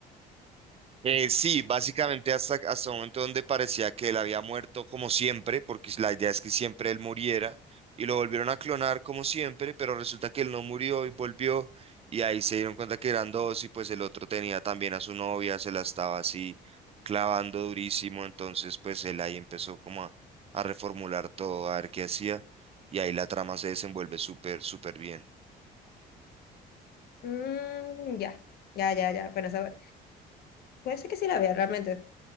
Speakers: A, on the right; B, on the left.
A: Eh, sí, básicamente hasta, hasta un momento donde parecía que él había muerto como siempre, porque la idea es que siempre él muriera, y lo volvieron a clonar como siempre, pero resulta que él no murió y volvió, y ahí se dieron cuenta que eran dos, y pues el otro tenía también a su novia, se la estaba así clavando durísimo, entonces pues él ahí empezó como a, a reformular todo, a ver qué hacía, y ahí la trama se desenvuelve súper, súper bien.
B: Mm, ya, ya, ya, ya, bueno, esa- puede ser que sí la vea realmente.